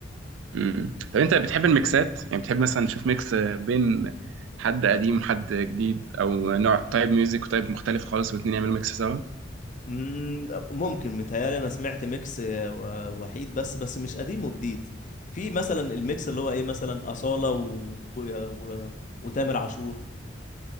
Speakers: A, on the right (about 80°); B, on the left (about 40°).
A: مم. طب انت بتحب الميكسات يعني بتحب مثلا تشوف ميكس بين حد قديم وحد جديد او نوع تايب ميوزك وتايب مختلف خالص والاتنين يعملوا ميكس سوا
B: مم، ممكن متهيألي انا سمعت ميكس آه، و- وحيد بس بس مش قديم وجديد في مثلا الميكس اللي هو ايه مثلا أصالة و... و... و... وتامر عاشور